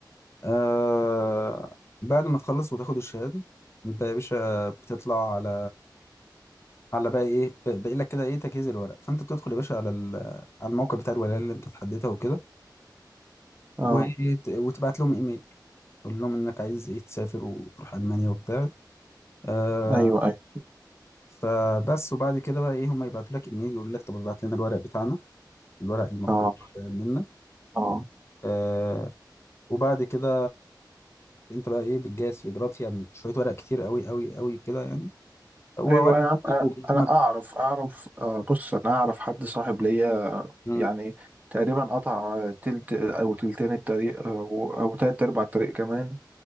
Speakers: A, on the left; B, on the right.
A: آه بعد ما تخلص وتاخد الشهاده انت يا باشا بتطلع على على بقى ايه ب- باقي لك كده ايه تجهيز الورق فانت بتدخل يا باشا على ال- على الموقع بتاع الولايه اللي انت تحددها وكده
B: اه
A: وت- وتبعت لهم ايميل قول لهم انك عايز ايه تسافر وتروح المانيا وبتاع آه
B: ايوه ايوه
A: فبس وبعد كده بقى ايه هم يبعتوا لك ايميل يقول لك طب ابعت لنا الورق بتاعنا الورق المطلوب
B: اه
A: منك
B: اه
A: آه وبعد كده انت بقى ايه بتجهز في اجراءات يعني شويه ورق كتير قوي قوي قوي كده يعني هو
B: ايوه
A: ورق
B: يا عم
A: كتير
B: انا
A: وبيقدمك-
B: أنا اعرف اعرف آه بص انا اعرف حد صاحب ليا
A: مم،
B: يعني تقريبا قطع تلت او تلتين الطريق او او تلت ارباع الطريق كمان